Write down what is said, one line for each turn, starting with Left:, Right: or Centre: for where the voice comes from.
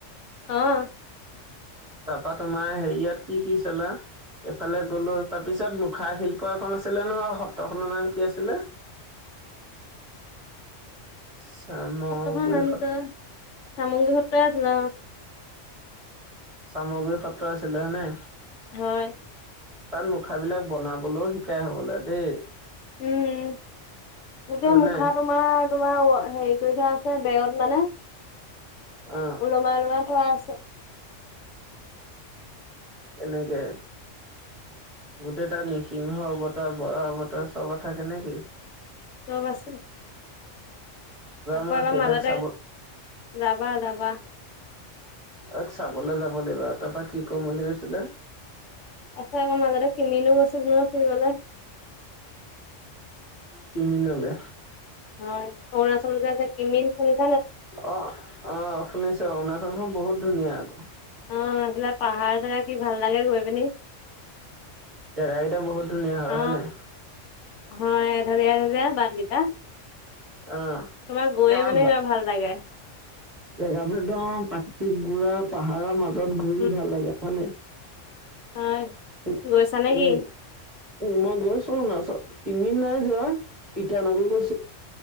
Left: আহ
Right: তাৰপা তোমাৰ হেৰিয়াত কি কি চলা এইফালে গ'লো তাৰপিছত মুখাৰ শিল্প এখন আছিলে নহ, সত্ৰখনৰ নাম কি আছিলে?
Left: <unintelligible>
Right: চামগুৰি
Left: সত্ৰখনৰ নামটো
Right: সত্ৰ
Left: চামগ্ৰী সত্ৰই আছিল।
Right: চামগু সত্ৰ আছিলে হেনে।
Left: হয়।
Right: তাত মুখাবিলাক বনাবলৈও শিকাই হবলৈ দেই।
Left: উম। এতিয়া
Right: হয়নে?
Left: মুখা তোমাৰ-তোমাৰ হেৰি কৰি থোৱা আছে, বেয়ৰত মানে
Right: অ'
Left: ওলমাই ওলমাই থোৱা আছে।
Right: এনেকে গোটেই তটা নিৃসিংহ বতৰ বৰা বতৰ চব থাকে নেকি <unintelligible>
Left: চব আছে আকৌ
Right: মই
Left: এবাৰ
Right: সেইভাগ
Left: মাজতে
Right: চাব
Left: যাবা-যাবা।
Right: অ চাবলে যাব লাগিব। তাৰপৰা কি কম বুলি কৈছিলে?
Left: আছে হ মাজাৰ কি মিননো বচল ন পবল <unintelligible>
Right: কিনিললে
Left: হয় অৰুণাচল কি <unintelligible>
Right: অ অ শুনিছো। অৰুণাচলখন বহুত ধুনীয়া আকৌ।
Left: অ এইফিলে পাহাৰ জেগা কি ভাল লাগে গৈ পিনি।
Right: জেগা কেইটা বহুত ধুনীয়া হয়।
Left: অ
Right: হয় নে নাই?
Left: হয়। এ হাজাৰ এ হাজাৰ বাদকেইটা <unintelligible>
Right: অ'।
Left: তোমাৰ গৈয়ে
Right: পুৰা
Left: মানে
Right: বা
Left: কিবা ভাল লাগে।
Right: জেগাবোৰ একদম প্ৰাকৃতিক গুৰৰ পাহাৰৰ মাজত ঘূৰি
Left: উম
Right: ভাল লাগে। হয় নে?
Left: হয়
Right: উ
Left: গৈছা নে
Right: উম
Left: কি
Right: উম মই গৈছো নাচত কিন্মি নাই যোৱা। ইটানগৰ গৈ।